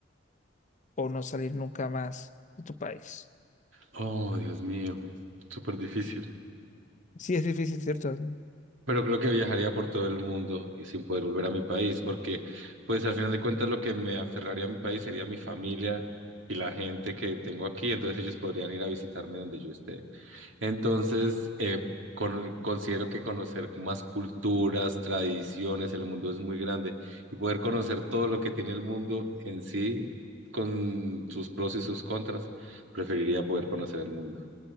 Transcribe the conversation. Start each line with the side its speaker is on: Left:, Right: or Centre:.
Left: o no salir nunca más de tu país?
Right: Oh, Dios mío, súper difícil.
Left: Sí, es difícil, ¿cierto?
Right: Pero creo que viajaría por todo el mundo y sin poder volver a mi país, porque pues al final de cuentas lo que me aferraría a mi país sería mi familia y la gente que tengo aquí, entonces ellos podrían ir a visitarme donde yo esté. Entonces, eh, con- considero que conocer más culturas, tradiciones, el mundo es muy grande y poder conocer todo lo que tiene el mundo en sí, con sus pros y sus contras, preferiría poder conocer el mundo.